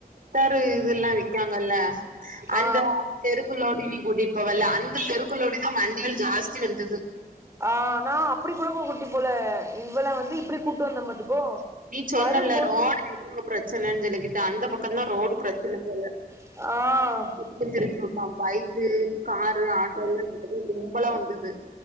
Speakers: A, on the right (about 60°); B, on the right (about 20°).
A: பாரு இதுல்லா விக்காங்கல்ல
B: ஆ
A: அந்த தெருக்குள்ளோடி நீ கூட்டிப்போவல்ல அந்த தெருக்குள்ளோடிதா வண்டிகள் ஜாஸ்தி வந்தது
B: ஆ நா அப்டி கூட கூட்டி போல இவள வந்து இப்டி கூட்டு வந்த பாத்துக்கோ
A: நீ சொன்னல
B: வரும்போது
A: ரோடு எதோ பிரச்சனைன்னு சொல்லிக்கிட்டு அந்த பக்கத்தா ரோடு பிரச்சனை போல
B: ஆ
A: கொஞ்ச திருப்பி விட்டா பைக்கு காரு ஆட்டோல்லா இந்த பக்கோ கும்பலா வந்தது